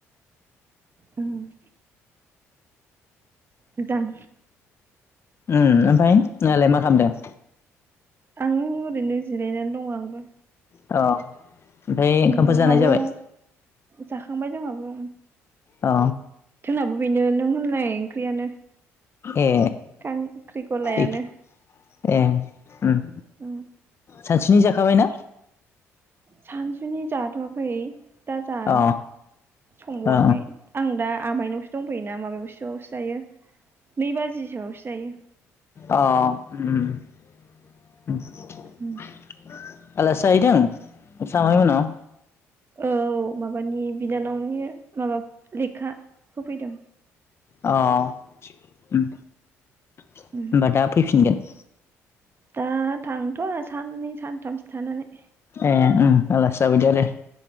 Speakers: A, on the right; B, on the left.
A: ओं। मोजां।
B: ओम ओमफाय नोंहालाय मा खालामदों?
A: आं ओरैनो जिरायनानै दङ आंबो।
B: अ। ओमफाय ओंखामफोर
A: न'
B: जानाय
A: माबायाव
B: जाबाय?
A: जाखांबाय जोंहाबो।
B: अ।
A: जोंनाबो बेनो नों होननाय ओंख्रियानो।
B: ए
A: खांख्रिखलायानो
B: <inaudible> ए ओम।
A: उम।
B: सानसिनि जाखाबायना?
A: सानसुनि जाथवाखै। दा जानो
B: अ
A: संबावाखै
B: अ
A: आं दा आमाइनावसो दंफैयोना माबा सोआवसो जायो। नै बाजिसोआवसो जायो।
B: अ उम। <unintelligible>
A: उम
B: आलासि जाहैदों नोंसा आमाइ मोननाव?
A: औ माबानि बिनानावनि माबा लेखा होफैदों।
B: अ ओम। होमबा
A: उम
B: दा फैफिनगोन।
A: दा थांथ'आ साननै सानथामसो थानानै।
B: ए ओम आलासि जाफैदो आरो